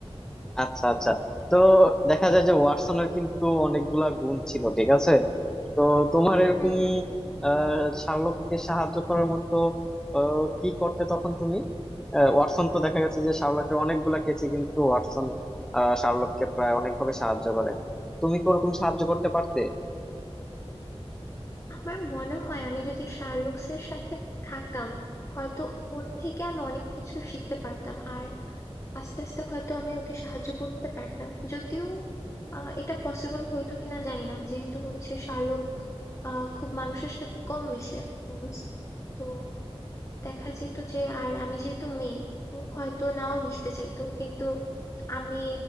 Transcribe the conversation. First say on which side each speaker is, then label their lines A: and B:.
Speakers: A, in the centre; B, on the left.
A: আচ্ছা আচ্ছা তো দেখা যায় যে ওয়াটসনের কিন্তু অনেকগুলা গুণ ছিল ঠিক আছে তো তোমার এরকম
B: হুম হুম
A: আহ শার্লককে সাহায্য করার মতো আহ, কি করতে তখন তুমি আহ, ওয়াটসন তো দেখা গেছে যে শার্লকের অনেকগুলা কেচে কিন্তু ওয়াটসন আহ, শার্লককে প্রায় অনেকভাবে সাহায্য করে তো তুমি কি ওরকম সাহায্য করতে পারতে
B: আমার মনে হয় আমি যদি শার্লুকসের সাথে থাকতাম হয়তো ওর থেকে আমি অনেক কিছু শিখতে পারতাম আর আস্তে আস্তে হয়তো আমি ওকে সাহায্য করতে পারতাম যদিও আহ, এটা পসিবল হয়তো কিনা জানি না যেহেতু হচ্ছে শার্লক আহ, খুব মানুষের সাথে কম মিশে হোমস তো দেখা যেত যে আর আমি যেহেতু মেয়ে ও হয়তো নাও মিশতে চাইতো কিন্তু আমি